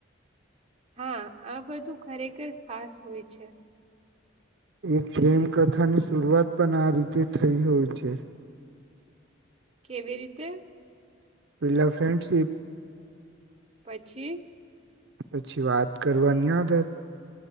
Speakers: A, on the right; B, on the right.
A: હા આ બધું ખરેખર ખાસ હોય છે
B: એક પ્રેમકથાની શરૂઆત પણ આ રીતે થઈ હોય છે
A: કેવી રીતે
B: પેલા ફ્રેન્ડશિપ
A: પછી
B: પછી વાત કરવાની આદત